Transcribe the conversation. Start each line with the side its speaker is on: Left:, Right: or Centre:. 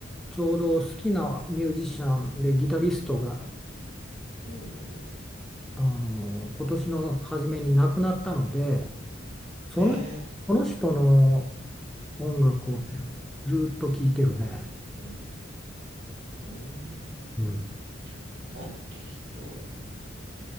Centre: ちょうど好きなミュージシャンでギタリストが、
Right: うん、うん
Centre: あの、今年の初めに亡くなったので、その、
Right: ええ
Centre: その人の音楽をね、
Right: うん、う
Centre: ずっと聴いてるね。
Right: ん、う
Centre: うん
Right: ん、なんて人